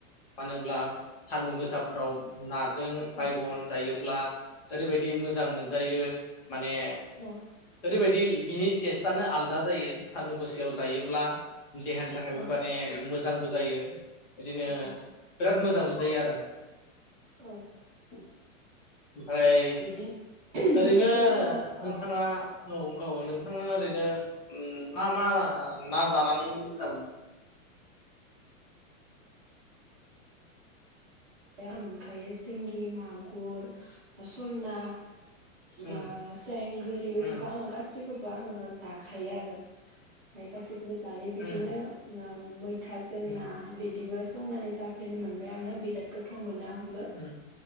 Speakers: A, on the left; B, on the right.
A: मानोब्ला सान्दुं गोसाफोराव ना जों
B: औ
A: बायगन जायोब्ला ओरैबायदि मोजां मोनजायो माने
B: औ
A: ओरैबायदि बिनि टेस्टआनो आलदा जायो सानदुं गोुसायाव जायोब्ला देहानि थाखायबो
B: औ
A: माने मोजां। मोजांबो जायो। दिनो
B: औ
A: बिराद मोजां। मोजां जायो आरो-
B: औ।
A: <inaudible> ओमफ्राय
B: बिदि
A: ओरैनो
B: बिदिनो जोङो
A: नोंथाङा
B: औ
A: औ औ नोंथाङा ओरैनो मा मा ना जानानै मोजां मोनो।
B: खुसिया ओमफायो सिंगि मागुर सलना बा
A: उम
B: ओ सेंगोरि बेफोरखौ
A: उम
B: आङो गासि खौबो आङो जाखायो आरो गासैखौ खौबो जायो बिदिनो
A: उम
B: <unintelligible> मैथाजों
A: उम
B: ना बिदिबो संनानै जाफेरनो मोनबाय आङो बिराद गोथाव मोनो
A: उम